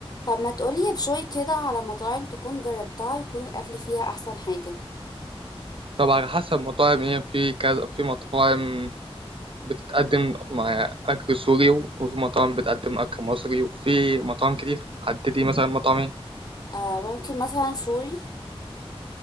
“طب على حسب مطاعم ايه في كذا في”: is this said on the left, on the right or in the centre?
Right